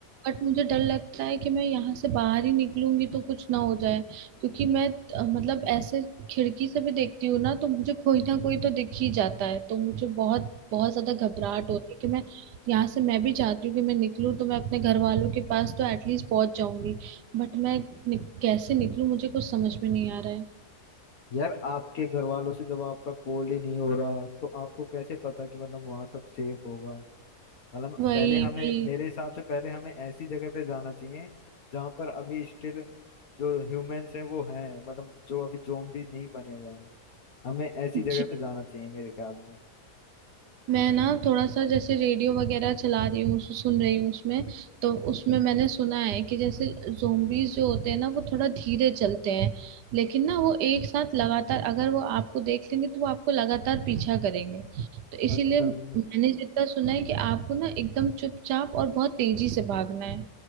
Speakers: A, on the right (about 80°); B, on the left (about 60°).
A: बट मुझे डर लगता है कि मैं यहाँ से बाहर ही निकलूंगी तो कुछ ना हो जाए क्योंकि मैं अ, मतलब ऐसे खिड़की से भी देखती हूँ ना तो मुझे कोई ना कोई तो दिख ही जाता है तो मुझे बहुत बहुत ज्यादा घबराहट होती है कि मैं यहाँ से मैं भी चाहती हूँ कि मैं निकलूँ तो मैं अपने घर वालों के पास तो एटलीस्ट पहुंच जाऊंगी बट मैं नि- कैसे निकलूँ मुझे कुछ समझ में नहीं आ रहा है
B: यार आपके घर वालों से जब आपका कॉल ही नहीं हो रहा तो आपको कैसे पता कि मतलब वहां सब सेफ होगा मतलब
A: वही
B: पहले हमें
A: वही
B: मेरे हिसाब से पहले हमें ऐसी जगह पे जाना चाहिए जहां पर अभी स्टिल जो ह्यूमंस हैं वो हैं मतलब जो अभी ज़ॉम्बी नहीं बने हुए हैं हमें ऐसी जगह
A: जी
B: पे जाना चाहिए मेरे ख्याल में
A: मैं ना थोड़ा सा जैसे रेडियो वगैरह चला रही हूँ सु- सुन रही हूँ उसमें तो उसमें मैंने सुना है कि जैसे जोम्बीज जो होते हैं ना वो थोड़ा धीरे चलते हैं लेकिन ना वो एक साथ लगातार अगर वो आपको देख लेंगे तो वो आपको लगातार पीछा करेंगे तो इसीलिए
B: अच्छा
A: मैंने
B: हम्म।
A: जितना सुना है कि आपको ना एकदम चुपचाप और बहुत तेजी से भागना है